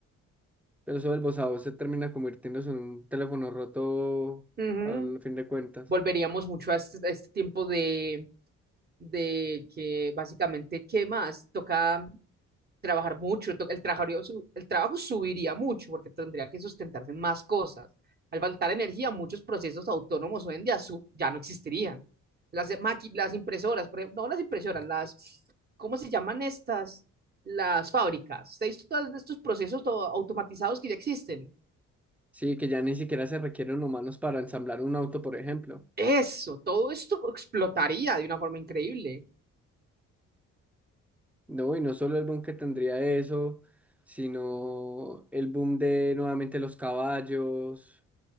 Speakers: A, in the centre; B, on the right.
A: Pero eso del voz a voz se termina convirtiéndose en un teléfono roto
B: Ujú.
A: al fin de cuentas.
B: Volveríamos mucho a este, a este tiempo de, de que básicamente, ¿qué más? Toca trabajar mucho, to- el trabajo, el trabajo subiría mucho porque tendría que sustentarse en más cosas. Al faltar energía, muchos procesos autónomos hoy en día su- ya no existirían. Las, maqui- las impresoras, por ejemplo, no las impresoras, las, ¿cómo se llaman estas? Las fábricas. ¿Ustedes visto todos estos procesos to- automatizados que ya existen?
A: Sí, que ya ni siquiera se requieren humanos para ensamblar un auto, por ejemplo.
B: Eso, todo esto explotaría de una forma increíble.
A: No, y no solo el boom que tendría eso, sino el boom de nuevamente los caballos.